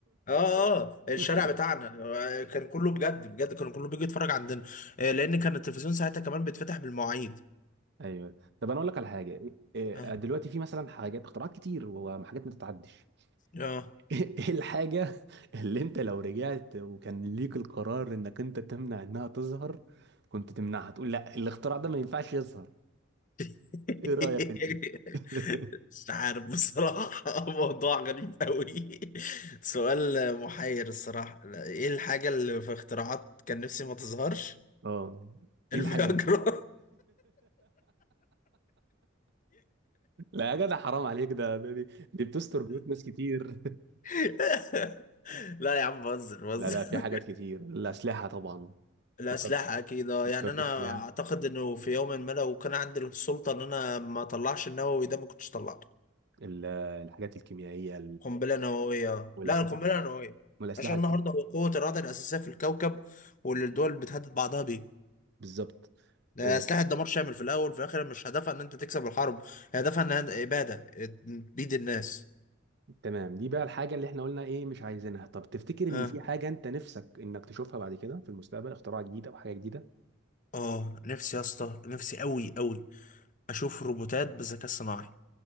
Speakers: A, on the left (about 40°); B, on the right (about 60°).
A: اه اه الشارع
B: <laughs>
A: بتاعنا آه، كان كله بجد بجد كان كله بيجي يتفرج عندنا آه، لان كان التلفزيون ساعتها كمان بيتفتح بالمواعيد
B: ايوه طب انا اقول لك على حاجه إيه- إيه،
A: اه
B: دلوقتي في مثلا حاجات اختراعات كتير وحاجات ما تتعدش
A: آه.
B: <laughs> ايه الحاجه اللي انت لو رجعت وكان ليك القرار انك انت تمنع انها تظهر كنت تمنعها تقول لا الاختراع ده ما ينفعش يظهر
A: <laughs>
B: ايه رايك انت <laughs>
A: مش عارف بصراحة <laughs> موضوع غريب قوي سؤال محير الصراحة لا، ايه الحاجة اللي في اختراعات كان نفسي ما تظهرش
B: اه ايه
A: الفياجرا
B: الحاجه <laughs> دي؟ لا يا جدع حرام عليك ده ده- دي, دي بتستر بيوت ناس كتير
A: <laughs> لا يا عم بهزر
B: <laughs>
A: بهزر
B: لا لا في حاجات كتير الاسلحه طبعا
A: الأسلحة
B: فكرت
A: أكيد أه
B: فكرتش
A: يعني أنا
B: فيها
A: أعتقد إنه في يوم ما لو كان عندي السلطة إن أنا ما أطلعش النووي ده ما كنتش طلعته
B: ال- الحاجات الكيميائيه
A: قنبلة نووية
B: والاسلحه
A: لا القنبلة النووية
B: والاسلحه
A: عشان
B: الك...
A: النهاردة هو قوة الرادع الأساسية في الكوكب واللي الدول بتهدد بعضها بيه
B: بالظبط
A: ده
B: آه،
A: سلاح الدمار شامل في الأول وفي الآخر مش هدفها إن أنت تكسب الحرب هي هدفها إن هي إبادة بيد الناس
B: تمام دي بقى الحاجه اللي احنا قلنا ايه مش عايزينها طب تفتكر ان
A: أه
B: في حاجه انت نفسك انك تشوفها بعد كده في المستقبل اختراع جديد او حاجه جديده
A: أه نفسي يا اسطى نفسي أوي أوي أشوف روبوتات بالذكاء الصناعي